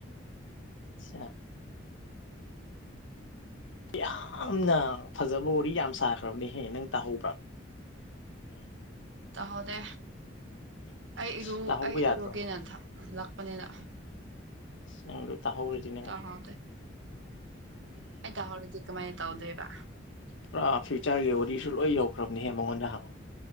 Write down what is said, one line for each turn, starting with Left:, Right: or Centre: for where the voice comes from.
Left: ꯑꯆꯥ ꯌꯥꯝꯅ ꯐꯖꯕ ꯋꯥꯔꯤ ꯌꯥꯝ ꯁꯥꯈ꯭ꯔꯕꯅꯦꯍꯦ ꯅꯪ ꯇꯥꯍꯧꯕ꯭ꯔꯥ
Right: ꯇ ꯍꯗꯦ ꯑꯩ
Left: ꯑꯁ
Right: ꯏꯔꯨ
Left: ꯇꯥꯍꯧꯕ
Right: ꯑꯩ
Left: ꯌꯥꯗ꯭ꯔꯣ
Right: ꯏꯔꯣꯒꯦꯅꯟꯊ ꯂꯥꯛꯄꯅꯤꯅ
Left: ꯁꯤ ꯅꯪꯗꯨꯣ ꯇꯍꯣ꯭ꯔꯗꯤ ꯅꯪ
Right: ꯇꯧꯍꯧꯗꯦ ꯑ ꯍꯗꯤ ꯀꯃꯥꯏꯅ ꯇꯧꯗꯣꯏꯕ
Left: ꯄꯨꯔꯥ ꯐ꯭ꯌꯨꯆꯔꯒꯤ ꯋꯥꯔꯤꯁꯨ ꯂꯣꯏ ꯌꯧꯈ꯭ꯔꯕꯅꯦꯍꯦ ꯃꯉꯣꯟꯗ ꯍꯪꯉꯛꯑꯣ